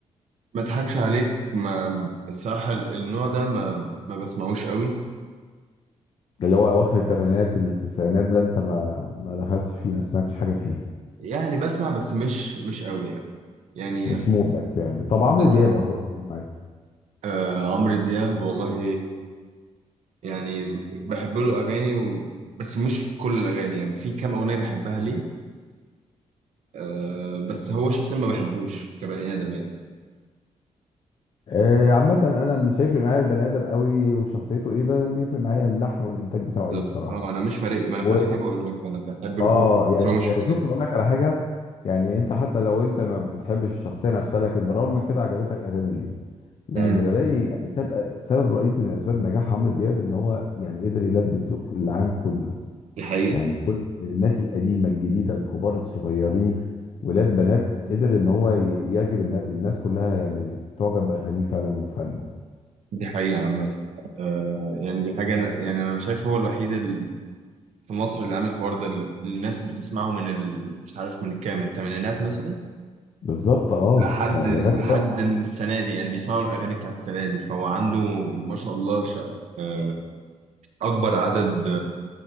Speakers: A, on the right (about 70°); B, on the left (about 45°).
A: ما اضحكش عليك ما الصراحة النوع ده ما ما بسمعوش قوي
B: اللي هو اواخر الثمانينات التسعينات ده انت ما ما دخلتش فيه ما سمعتش حاجه فيه
A: يعني بسمع بس مش مش قوي يعني
B: مش مودك يعني طب عمرو
A: يعني
B: دياب اخباره ايه معاك
A: آه عمرو دياب والله يعني بحب له اغاني و... بس مش كل الاغاني يعني في كام اغنيه بحبها ليه آه بس هو شخصيا ما بحبوش كبني ادم يعني
B: آه عامه انا مش هيفرق معايا البني ادم قوي وشخصيته ايه بس بيفرق معايا اللحن والانتاج بتاعه
A: بالظبط
B: ايه بصراحه
A: اه انا مش فارق ما
B: و...
A: انا عشان كده بقول لك انا بحب له
B: اه
A: كام أغنية،
B: يعني
A: بس هو مش
B: يعني
A: فارق
B: شوف اقول لك على حاجه يعني انت حتى لو انت ما بتحبش الشخصيه نفسها لكن بالرغم من كده عجبتك اغاني ليه لان
A: امم
B: بلاقي يعني سبب سبب رئيسي من اسباب نجاح عمرو دياب ان هو يعني قدر يلبي الذوق العام كله
A: دي حقيقه
B: يعني كل الناس القديمه الجديده الكبار الصغيرين ولاد بنات قدر ان هو ي- يعجب النا- الناس كلها يعني تعجب باغانيه فعلا وفنه
A: دي حقيقه عامه آه يعني دي حاجه أنا يعني انا شايف هو الوحيد ال- في مصر اللي عامل الحوار ده اللي الناس بتسمعه من ال... مش عارف من كام الثمانينات مثلا
B: بالظبط اه
A: لحد
B: يعني
A: لحد
B: لغايه دلوقتي
A: السنة دي يعني بيسمعوا الأغاني بتاع السنة دي فهو عنده ما شاء الله ش... آه، أكبر عدد